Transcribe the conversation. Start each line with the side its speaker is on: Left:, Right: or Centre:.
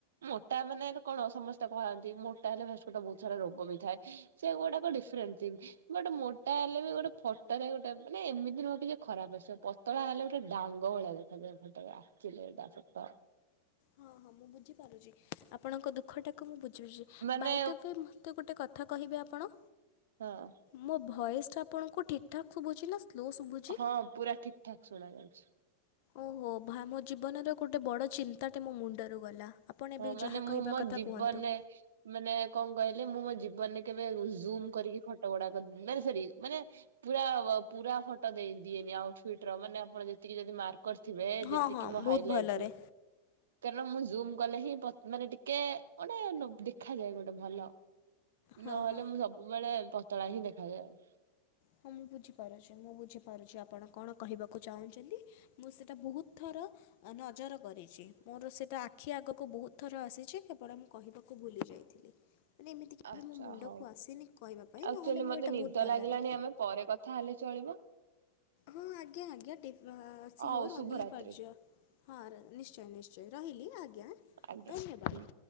Right: ମୋଟା ମାନେ ଏକଣ ସମ ତ କଆନ୍ତି ମୋଟା ହେଲେ ଭାସ୍ଟ ବହୁତ ସାରା ରୋଗ ବି ଥାଏ ସେ ଗୁଡାକ ଡିଫରେଣ୍ଟ ଥିଙ୍ଗ। ବଟ୍ ମୋଟା ହେଲେ ବି ଗୋଟେ ଫଟୋ ରେ ଗୋଟେ ମାନେ ଏମିତି ନୁହଁ କି ଯେ ଖରାପ ଆସିଅ ପତଳା ହେଲେ ଗୋଟେ ଡାଙ୍ଗ ଭଳିଆ ଦେଖାଯାଏ ଫଟୋଗା। ଚିଲେଇବା ସତ।
Left: ହଁ ହଁ ମୁଁ ବୁଝିପାରୁଛି ଆପଣଙ୍କ ଦୁଃଖଟାକୁ ମୁଁ ବୁଝୁଜି।
Right: ମାନେ
Left: ବାଇ ଦ ବେ ମତେ ଗୋଟେ କଥା କହିବେ ଆପଣ।
Right: ହଁ
Left: ମୋ ଭଏସ୍ଟା ଆପଣଙ୍କୁ ଠିକ୍ ଠାକ୍ ଶୁଭୁଛି ନା ସ୍ଲୋ ସୁବୁ
Right: ହଁ ପୁରା ଠିକ ଠାକ ଶୁଣା ଯାଉଚି।
Left: ଓହୋ ଭା ମୋ ଜୀବନର ଗୋଟେ ବଡ ଚି ତା ଟେ ମୋ ମୁଣ୍ଡରୁ ଗଲା ଆପଣ
Right: ହଁ
Left: ଏବେ
Right: ମାନେ
Left: ଯାହା
Right: ମୁଁ
Left: କହିବା
Right: ମୋ
Left: କଥା
Right: ଜୀବନରେ
Left: କୁହନ୍ତୁ।
Right: ମାନେ କଣ କହିଲେ ମୁଁ ମୋ ଜୀବନରେ କେବେ ଜୁମ କରିକି ଫଟ ଗୁଡା କରିି ମାନେ ସରି ମାନେ ପୁରା ପୁରା ଫଟୋ ଦେଇଦିଏନି ଆଉଟଫିଟ ର ମାନେ ଆପଣ ଯେତିକି ଯଦି ମାର୍କ କରିଥିବେ
Left: ହଁ
Right: ଯେତିକି
Left: ହଁ
Right: ମୋ
Left: ବହୁତ
Right: ହାଇଲାଇଟ
Left: ଭଲରେ
Right: ରୁ କାରଣ ମୁଁ ଜୁମ କଲେ ହିଁ ପ ମାନେ ଟିକେ ଗୋଟେ ଦେଖାଯାଏ ଗୋଟେ ଭଲ।
Left: ହଁ
Right: ନହେଲେ
Left: ହଁ।
Right: ମୁଁ ସବୁବେଳେ ପତଳା ହିଁ ଦେଖାଯାଏ।
Left: ହଁ ମୁଁ ବୁଝିପାରୁଚି ମୁଁ ବୁଝିପାରୁଚି ଆପଣ କଣ କହିବାକୁ ଚାହୁଁଚନ୍ତି। ମୁଁ ସେଇଟା ବହୁତ ଥର ଅ ନଜର କରିଛି ମୋର ସେଇଟା ଆଖି ଆଗକୁ ବହୁତ ଥର ଆସିଛି କେବଳ ମୁଁ କହିବାକୁ ଭୁଲି ଯାଇଥିଲି। ମାନେ ଏମିତି କେବେ
Right: ଆଛା
Left: ମୋ ମୁଣ୍ଡକୁ
Right: ହଉ
Left: ଆସିନି କହିବା ପାଇଁ
Right: ଆକ୍ଚୁଆଲି
Left: ନହେଲେ ମୁଁ
Right: ମତେ
Left: ଏଇଟା
Right: ନିଦ
Left: ବହୁତ ଭଲରେ
Right: ଲାଗିଲାଣିି ଆମେ ପରେ କଥା ହେଲେ ଚଳିବ।
Left: ହଁ ଆଜ୍ଞା ଆଜ୍ଞା ଡିପ୍ ସିଓର୍
Right: ହଉ
Left: ଓନ୍ଲି
Right: ଶୁଭରାତ୍ରି
Left: ଫର୍ ଜ ହଁ ନିଶ୍ଚୟ ନିଶ୍ଚୟ ରହିଲି ଆଜ୍ଞା।
Right: ଆଜ୍ଞା
Left: ଧନ୍ୟବାଦ
Right: ହୁଁ।